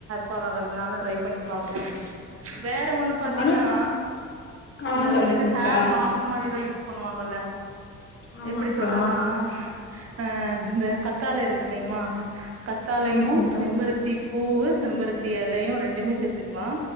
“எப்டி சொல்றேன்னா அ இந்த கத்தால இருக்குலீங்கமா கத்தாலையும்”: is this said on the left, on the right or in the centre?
Right